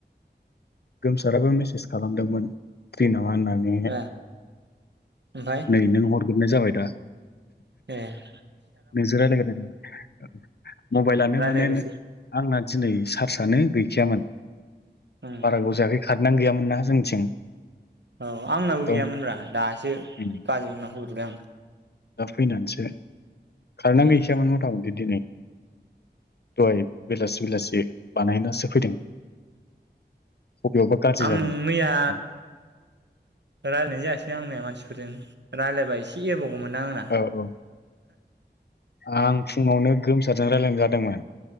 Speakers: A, on the left (about 65°); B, on the right (about 75°).
A: गोमसाराबो मेसेज खालामदोंमोन फ्रि मा होनना बुंनो
B: ए ओमफ्राय
A: नै नों हरगोरनाय जाबाय दा
B: एह
A: नोंजो रायलायग्रोदों मबाइलानो
B: रायज्लायग्रोसै
A: माने आंना दिनै सार्सआानो गैखायामोन
B: ओं
A: बारा गोाव जायाखै खार नानो गैयामोन ना जोंनिथिं
B: औ आंनाबो
A: एकदम
B: गैया मोनब्रा दासो
A: उम,
B: बाजै मोननाव होब्रबदों आं
A: दा फैनानैसो खारेनानै
B: आं
A: गैसामोन मथा मथि दिनै दहाय बेलासि बेलासि बानायनासो फैदों। बबेयावबा गाज्रि
B: आं
A: जादोंमोन
B: मैया
A: दां।
B: रायलायनाय जायासै बे आंनिया मानसिफोरजों रायलायबा एसे एरबावगौमोनदां आंना
A: औ औ आं फुङावनो गोमसारजों रायलायनाय जादोंमोन